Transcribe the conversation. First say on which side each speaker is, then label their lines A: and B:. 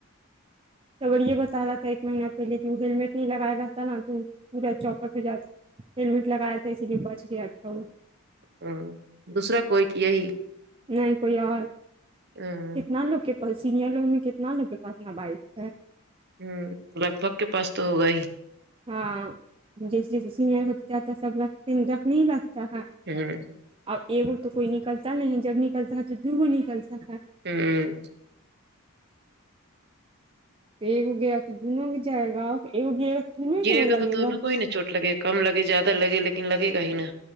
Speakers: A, on the right; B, on the right.
A: تو اگر یہ بتا رہا تھا ایک مہینہ پہلے کہ ہیللمٹ نہیں لگایا رہا تھا نا تو پورا چوپٹ ہو جاتا ہیلمٹ لگایا تھا اسی لی بچ گیا تھا وہ
B: ہ دوسرا کوئی کہی
A: نہیں کوئی اور
B: ہوں
A: کتنا لوگ کے سینئر لوگ میں کتنا لوگ کے پاس نا بائک ہے
B: ہوں لگھ بھگ کے پاس تو ہوگا ہی
A: ہاں جیسے جیسے سینئر ہو تے جاتا سب رکھتے رکھنے ہی لگتا ہے
B: ہوں
A: اب اگو تو کوئی نکلتا نہیں جب نکلتا ہے تو دوگو نکلتا ہے
B: ہوں
A: ایک وہ گیا تو دونوں بھی جائے گا ایک گیا تو دونوں
B: گرے
A: ہی نہ
B: گا
A: لگے
B: تو دونوں کو ہی نا چوٹ لگے کم لگے جیادہ لگے لیکن لگے گا ہی نا